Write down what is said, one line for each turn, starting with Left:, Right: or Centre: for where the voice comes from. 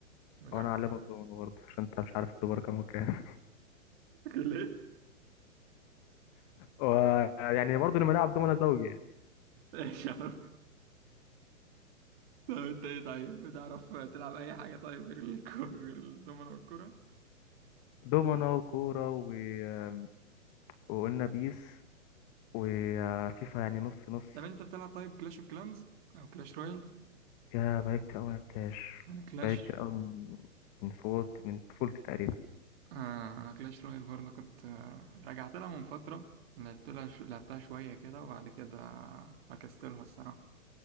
Right: نجرب
Left: وانا اعلمك دومنا برضه عشان انت مش عارف الدومنة كام وكام
Right: <laughs> ليه؟
Left: <laughs> ويعني برضه لما نلعب دومنا زوجي يعني
Right: ايش يا عم؟ طب انت ايه طيب بتعرف تلعب اي حاجة طيب غير الكو... غير الدومينو والكرة
Left: دومنا وكورة و... آه، وقلنا بيس وفيفا يعني نص نص
Right: طب انت بتلعب طيب كلاش اوف كلانز او كلاش رويال
Left: يا بقالي كتير قوي ما لعبتهاش
Right: انا كلاش
Left: بقالي كتير قوي من من صوت من طفولتي تقريبا
Right: آه انا كلاش رويال برضه كنت آه، رجعت لها من فترة لعبت لها شو... لعبتها شوية كده وبعد كده فكستلها الصراحة